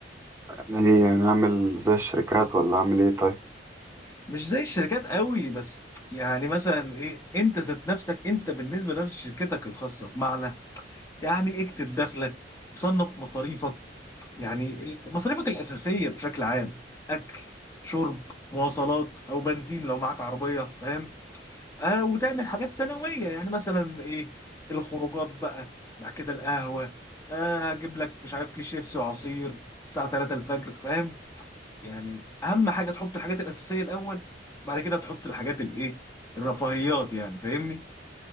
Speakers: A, on the right (about 15°); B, on the left (about 15°).
A: يعني ايه يعني اعمل زي الشركات ولا اعمل ايه طيب
B: مش زي الشركات قوي بس يعني مثلا ايه انت ذات نفسك انت بالنسبه لشركتك الخاصه بمعنى يعني اكتب دخلك صنف مصاريفك يعني ال- مصاريفك الأساسية بشكل عام أكل شرب مواصلات أو بنزين لو معاك عربية فاهم آه وتعمل حاجات سنوية يعني مثلا إيه الخروجات بقى بعد كده القهوة آه هجيب لك مش عارف كيس شيبسي وعصير الساعة 3 الفجر فاهم يعني أهم حاجة تحط الحاجات الأساسية الأول بعد كده تحط الحاجات الإيه الرفاهيات يعني فاهمني